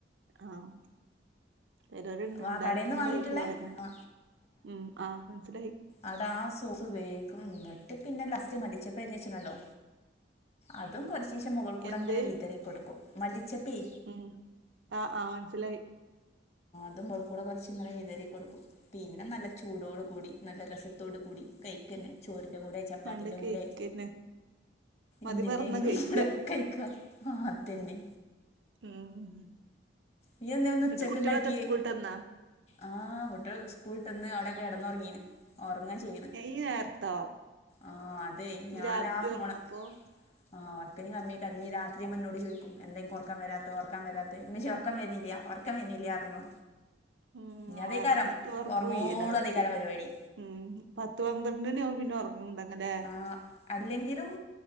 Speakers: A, on the right; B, on the left.
A: ആഹ്..., ചിലര
B: വാ
A: ഉണ്ടാക്കടായി
B: കടയിൽ നിന്ന് വാങ്ങിയിട്ടുള്ള
A: പോരുന്ന-
B: ആ
A: ഉം.., ആഹ് മനസ്സിലായി.
B: അതാ ആഹാ സോസ്- ഉപയോഗിക്കും. എന്നിട്ട് പിന്നെ- ലസ്റ്റ് മല്ലിച്ചപ്പ അരിഞ്ഞച്ചണല്ലോ? അതും കുറച്ചശം മുകൾ കൂടെ-
A: എന്ത്
B: അങ്ങനെ വിതറിക്കൊടുക്കും. മല്ലിച്ചപ്പേ...,
A: ഉം... ആഹ്, ആഹ്, മനസിലായി.
B: അതു മേൾക്കൂ കുറച്ച് ഇങ്ങനെ- വിതറി കൊടുക്കും. പിന്നെ നല്ല ചൂടോട് കൂടി നല്ല- രസത്തോട് കൂടി കൈക്ക് തന്നെ- ചോറിന്റെ കൂടെ. ചപ്പാത്തിന്റെ
A: ആണ്ട് കേക്കന്നെ
B: കൂടെ-
A: മതി
B: എന്തിന്റെങ്കിലും
A: മറന്ന കേക്ക
B: കൂടെക്കെ- കഴിക്കാ. ആഹ്, അത് തന്നെ.
A: ഉം..,
B: നീ എന്നാ ഇന്ന്
A: ന്നട്ട്
B: ഉച്ചക്ക്-
A: കുട്ട്യാളൊക്കെ
B: ഉണ്ടാക്കിയ.
A: സ്കൂൾട്ടന്നാ
B: ആഹ് കുട്ടികൾ സ്കൂളി തിന്ന്- അവിടെ കിടന്ന്റങ്ങീന്. ഉറങ്ങാൻ ചെയ്യന്ന്
A: ഈ നേരത്തോ
B: ആഹ് അതെ,
A: ഇഞ്ഞ്
B: ഞാനാ
A: രാത്രി
B: ഫോണ-
A: ഒറങ്ങോപ്പൊ
B: ആഹ് <unintelligible> രാത്രി- എന്നോട് ചോദിക്കും എന്തെ- ഒറക്കം വരാത്ത ഓറക്കം വരാത്ത. <unintelligible> ഉറക്കം വന്നുന്നില്ല ഉറക്കം വരു- ന്നില്ല പറഞ്ഞു.
A: ഉം
B: ഇനി അതക്കാരം
A: ന്നട്ട് ഒറങ്ങു
B: ഉറങ്ങോടും-
A: ഇയ്യ് ലാസ്റ്റ്
B: അധക്കാരം പരിപാടി.
A: ഉം.., പത്ത് പന്ത്രണ്ടണി ആവും- പിന്നെ ഉറങ്ങണ്ട് അങ്ങനെ,
B: ആഹ് അല്ലെങ്കിലും